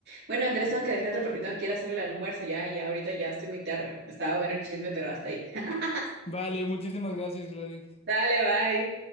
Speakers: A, on the right; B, on the left.
A: Bueno, Andrés, tengo que dejarte porque tengo que ir a hacer el almuerzo. Ya, ya, ahorita ya estoy muy tarde. Estaba bueno el chisme, pero hasta ahí. <laughs>
B: Vale, muchísimas gracias, Gladys.
A: Dale, bye.